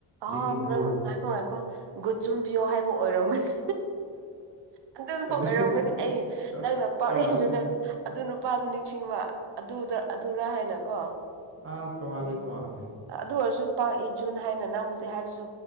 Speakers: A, on the right; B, on the right.
A: ꯑꯍꯥꯎꯕ
B: ꯂꯤꯃꯤꯟꯍꯣ
A: ꯅꯪ ꯉꯥꯏꯈꯣ ꯉꯥꯏꯈꯣ ꯒꯨꯆꯨꯝꯄ꯭ꯌꯣ ꯍꯥꯏꯕ ꯑꯣꯏꯔꯝꯒꯅꯤ ꯍ ꯑꯗꯨꯁꯨ
B: ꯑꯗꯨ
A: ꯑꯣꯏꯔꯝꯒꯅꯤ ꯑꯩ
B: ꯇꯣ-
A: ꯅꯪꯅ ꯄꯥꯎꯔꯛꯏꯁꯨ
B: ꯇꯣꯉꯥꯜꯂꯦ
A: ꯅꯪ ꯑꯗꯨ ꯅꯨꯄꯥꯗꯨ ꯅꯤꯡꯁꯤꯡꯕ ꯑꯗꯨꯗ ꯑꯗꯨꯔ ꯍꯥꯏꯅꯀꯣ
B: ꯑꯥ ꯇꯣꯉꯥꯂꯦ
A: ꯎꯝ
B: ꯇꯣꯉꯥꯂꯦ
A: ꯑꯗꯨ ꯑꯣꯏꯔꯁꯨ ꯄꯥꯛ ꯏ ꯖꯨꯟ ꯍꯥꯏꯅ ꯅꯪ ꯍꯧꯖꯤꯛ ꯍꯥꯏꯕꯁꯨ